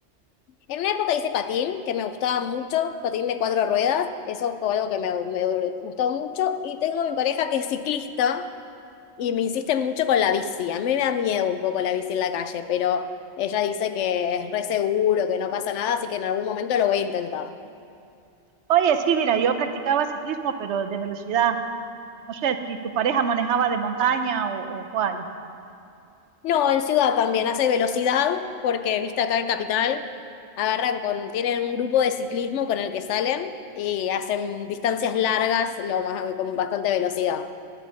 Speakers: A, on the left; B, on the right.
A: en una época hice patín, que me gustaba mucho, patín de cuatro ruedas, eso fue algo que me, me gustó mucho, y tengo mi pareja que es ciclista y me insiste mucho con la bici, a mí me da miedo un poco la bici en la calle, pero ella dice que es re seguro, que no pasa nada, así que en algún momento lo voy a intentar.
B: Oye, sí, mira, yo practicaba ciclismo, pero de velocidad. No sé si tu pareja manejaba de montaña o, o cuál.
A: No, en ciudad también hace velocidad, porque viste acá en Capital, agarran con, tienen un grupo de ciclismo con el que salen y hacen distancias largas lo más, con bastante velocidad.